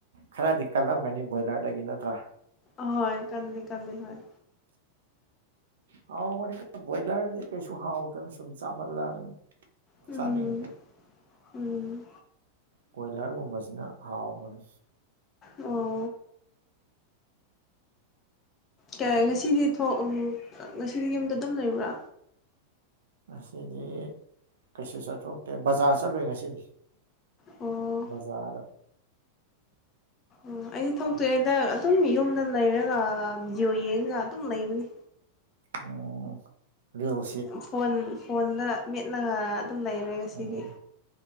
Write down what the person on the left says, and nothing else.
ꯑꯍꯣꯏ ꯀꯟꯗꯤ ꯀꯜꯋ <inaudible> ꯍꯣꯏ
ꯎꯝ
ꯎꯝ
ꯑꯣ ꯀ ꯉꯁꯤꯗꯤ ꯊꯣꯛ ꯎꯪ ꯉꯁꯤꯗꯤ ꯌꯨꯝꯗ ꯑꯗꯨꯝ ꯂꯩꯕ꯭ꯔꯥ
ꯑꯣ
ꯑꯣ ꯑꯩꯗꯤ ꯊꯣꯛꯇꯦꯗ ꯑꯗꯨꯝ ꯌꯨꯝꯗ ꯂꯩꯔꯒ ꯕꯤꯗꯤꯑꯣ ꯌꯦꯡꯉꯒ ꯑꯗꯨꯝ ꯂꯩꯕꯅꯦ
ꯐꯣꯟ ꯐꯣꯟꯗ ꯃꯦꯠꯂꯒ ꯑꯗꯨꯝ ꯂꯩꯔꯦ ꯉꯁꯤꯗꯤ